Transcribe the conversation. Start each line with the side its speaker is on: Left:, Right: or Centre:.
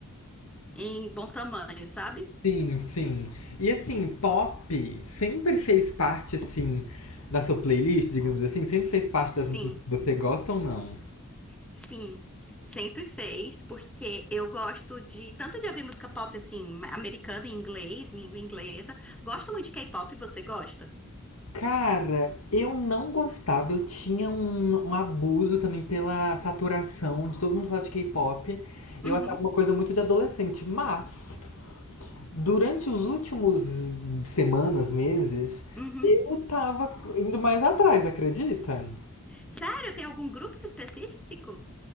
Centre: em bom tamanho, sabe?
Left: Sim, sim. E assim, pop sempre fez parte, assim, da sua playlist, digamos assim? Sempre fez parte das
Centre: Sim,
Left: músicas que você gosta ou não?
Centre: sim. Sempre fez, porque eu gosto de tanto de ouvir música pop assim, americana em inglês, em língua inglesa. Gosto muito de K-pop, você gosta?
Left: Cara, eu não gostava. Eu tinha um, um abuso também pela saturação de todo mundo falar de K-pop. Eu
Centre: Uhum,
Left: achava uma coisa muito de adolescente. Mas, durante os últimos semanas, meses,
Centre: uhum.
Left: eu tava indo mais atrás, acredita?
Centre: Sério, tem algum grupo específico?